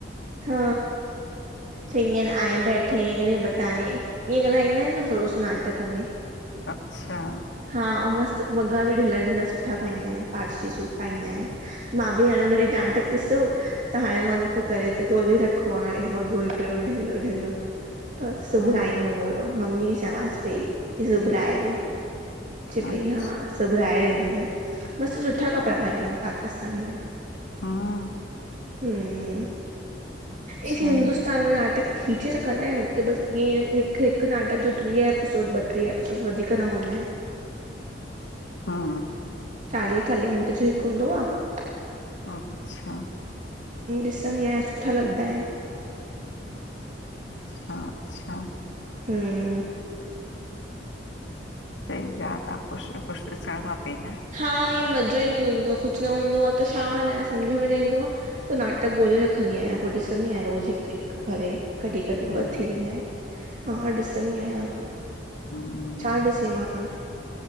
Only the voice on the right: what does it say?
हा चई आए बैठे इ बताए ईअं ॻाल्हाईंदा आहिन न थोरो स नाटक में
हा ऐं मस्तु वॻा बि ढिला ढिला सुठा पाईंदा आहिन पारसी सूट पाईंदा आहिन मां बि हाणे हुन ॾींहुं नाटक ॾिसो त हाणे मन पो करे त ॻोल्हे रखो आं हाणे हलो ढिल्लो ढिल्लो त सिबराइंदम
ओहड़ो मम्मी खे चवस पई की सुबराएॾे चितई
हा सिबराहे ॾींदी माइ मस्तु सुठा कपिड़ा पाईंदा आहिन पाकिस्तान में
हम
इस हिंदुस्तान में नाटक खीचे रखंदा आहिनि हुत बसि ईअ हिकु हिकु नाटक अ जो टीह एपिसोड ॿटीह एपिसोड वधीक न हूंदा आहिन
टीह चालीह मिंट जो हिकु हूंदो आहे
ॾिसंदी आहियां सुठा लॻंदा आहिन
हम्म
हा ईअ मज़ो ई न ईंदो आ कुछ न हूंदो आ त छा हलाए सम्झ में न ईंदो आ। पो नाटक ॻोल्हे रखंदी आयां पो ॾिसंदी आयां रोज़ हिक-हिक करे। कॾहिं-कॾहिं
ॿ थी वेंदा आहिन, हा ॾिसंदी आहियां
छा ॾिसी मां